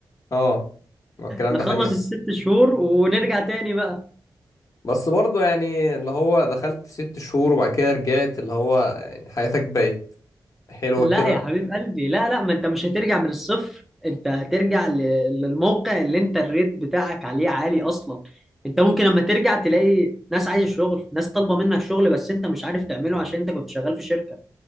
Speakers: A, on the left; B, in the centre.
A: اه ما الكلام
B: نخلص
A: ده حقيقي
B: الست شهور ونرجع تاني بقى
A: بس برضه يعني اللي هو دخلت ست شهور وبعد كده رجعت اللي هو يعني حياتك بقت حلوة
B: لا
A: كده
B: يا حبيب قلبي لا لا ما انت مش هترجع من الصفر انت هترجع ل- للموقع اللي انت الريت بتاعك عليه عالي اصلا انت ممكن لما ترجع تلاقي ناس عايز شغل ناس طالبة منك شغل بس انت مش عارف تعمله عشان انت كنت شغال في شركة